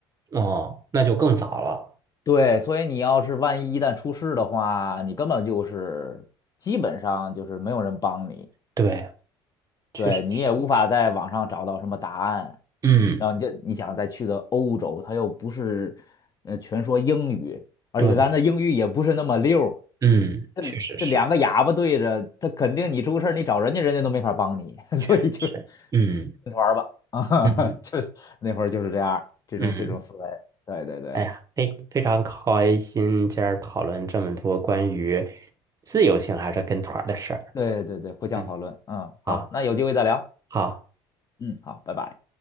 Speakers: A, on the right (about 30°); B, on the left (about 30°).
A: 哦，那就更早了。
B: 对，所以你要是万一一旦出事的话，你根本就是基本上就是没有人帮你。
A: 对，确实是。
B: 对，你也无法在网上找到什么答案，
A: 嗯，
B: 然后你就你想再去的欧洲，它又不是，呃，全说英语，而且咱的英语也不是那么溜儿，
A: 对，嗯，
B: 这这两个哑巴对着，
A: 确实是，
B: 他肯定你出个事儿，你找人家人家都没法帮你，<laughs> 所以就
A: 确实是。嗯
B: 跟团儿吧，啊，
A: 嗯
B: <laughs> 就那会儿就是这样儿这种这种思维，
A: 嗯，
B: 对对对
A: 哎呀，非非常开心，今儿讨论这么多关于自由行还是跟团儿的事儿。
B: 对对对，互相讨论，
A: 嗯，
B: 嗯，
A: 好，
B: 好，那有机会再聊，
A: 好。
B: 嗯，好，拜拜。